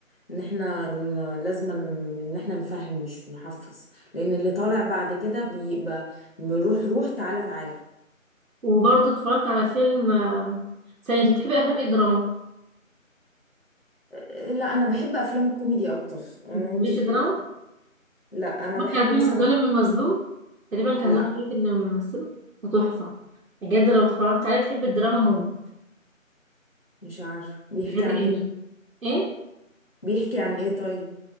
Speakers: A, on the left (about 45°); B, on the right (about 75°).
A: ان احنا الم- لازم ان احنا نفهم مش نحفظ لان اللي طالع بعد كده بيبقى بيروح روح تعالى تعالى
B: وبرضه اتفرجت على فيلم آه، ثانية انت بتحبي افلام ايه الدراما؟
A: أه، لا انا بحب افلام الكوميدي اكتر أه،
B: ما بتحبيش
A: انت في...
B: الدراما؟
A: لا انا
B: اتفرجت
A: بحب
B: على فيلم
A: مثلا
B: الظالم المظلوم تقريبا كان
A: لا
B: نور شريف اللي ممثله ده تحفه بجد لو اتفرجت عليه تحبي الدراما موت
A: مش عارفه بيحكي
B: بجد
A: عن
B: جميل
A: ايه
B: ايه
A: بيحكي عن ايه طيب